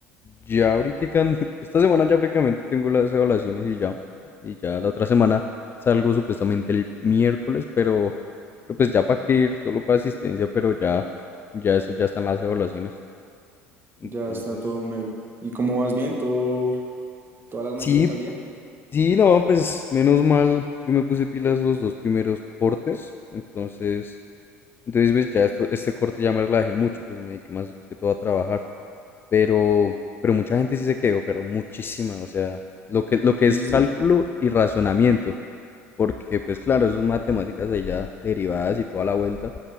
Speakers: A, on the left (about 30°); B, on the right (about 30°).
A: Ya ahorita, <laughs> esta semana ya prácticamente tengo las evaluaciones y ya. Y ya la otra semana salgo supuestamente el miércoles, pero, pero pues ya para que ir, solo para asistencia, pero ya, ya eso ya están las evaluaciones. Entonces,
B: Ya está todo melo. ¿Y cómo vas bien? ¿Todo, todas las materias
A: sí,
B: al día?
A: Sí, no, pues menos mal, yo me puse pilas los dos primeros cortes, entonces, entonces pues ya esto, este corte ya me relajé mucho, pues me dediqué más que todo a trabajar, pero, pero mucha gente sí se quedó, pero muchísima, o sea, lo que, lo que
B: Sí,
A: es
B: sí,
A: cálculo
B: sí.
A: y razonamiento, porque pues claro, esas matemáticas ahí ya derivadas y toda la vuelta,